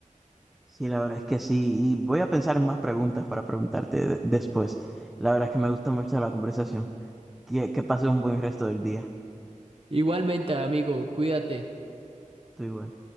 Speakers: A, in the centre; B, on the right.
A: Sí, la verdad es que sí, y voy a pensar en más preguntas para preguntarte de- después. La verdad es que me gusta mucho la conversación. Que, que pases un buen resto del día.
B: Igualmente, amigo, cuídate.
A: Tú igual.